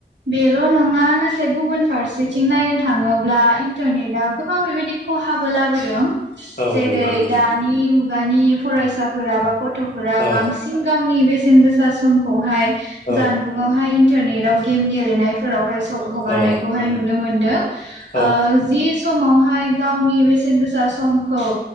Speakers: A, on the right (about 85°); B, on the left (about 55°).
A: बेल' नङा नाथाय गुबुन फारसेथिं नायनो थाङोब्ला इन्टारनेटाव गोबां बेबायदि खहाबो लाबोदों।
B: औ
A: जेरै
B: नंगौ नंगौ
A: दानि मु गानि फरायसा बोराबाखथ गथ'फोरा
B: औ
A: बांसिन गावनि बेसथ बेसेन गोसा समखौहाय
B: औ
A: जानबुंआवहाय इन्टारनेट आव गेम गेलेनायफोरावहाय' हगारनायखौहाय
B: औ
A: नुनो मोनो। दों
B: औ
A: ओ जिस समावहाय गावनि बेसेन गोसा समखौ